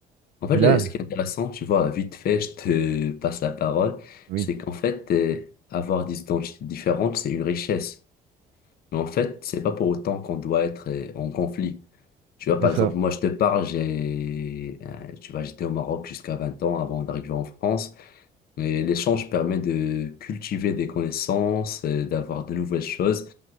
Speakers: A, on the left; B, on the right.
A: En fait,
B: Et
A: le-
B: là,
A: ce qui est intéressant, tu vois, vite fait, je te <laughs> passe la parole,
B: oui,
A: c'est qu'en fait, euh, avoir des identités différentes, c'est une richesse. Mais en fait, c'est pas pour autant qu'on doit être euh, en conflit. Tu vois,
B: c'est
A: par
B: ça.
A: exemple, moi, je te parle, j'ai, euh, tu vois, j'étais au Maroc jusqu'à 20 ans avant d'arriver en France. Mais l'échange permet de cultiver des connaissances, euh, d'avoir de nouvelles choses.